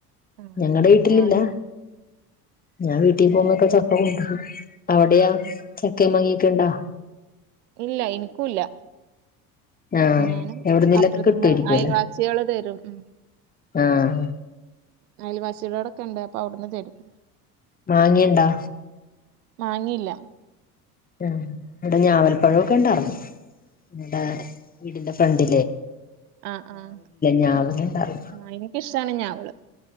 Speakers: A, on the right; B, on the left.
A: ആ
B: ഞങ്ങളടെ വീട്ടിലില്ല
A: മാങ്ങ
B: ഞാൻ വീട്ടിൽ പോുമ്പോക്കെ ചക്കകൊണ്ടോരും അവിടെയാ
A: ആ.
B: ചക്ക മങ്ങ ക്കണ്ടാ
A: ഇല്ല എനിക്കൂല്ല
B: ആഹ്
A: ഞാനും
B: എവിടുന്നേലൊക്കെ
A: അപ്പുറത്തന്ന്
B: കിട്ടുവായിരിക്കുവല്ലേ
A: അയൽവാസികൾ തരും ഉ
B: ആഹ
A: അയൽവാസികളോടൊക്കെ ഉണ്ട് അപ്പൊ അവിടുന്ന് തരും
B: മാങ്ങിയണ്ടാ
A: വാങ്ങില്ല
B: ഉം ഇവിടെ ഞാവൽപ്പഴമൊക്കെ ഉണ്ടായിർന്ന ടെ വീടിന്റെ ഫ്രണ്ട്
A: ആഹ് ആഹ്
B: ഞാവലുണ്ടാർന്നു
A: ആഹ് എനക്ക് ഇഷ്ടാണ് ഞവള്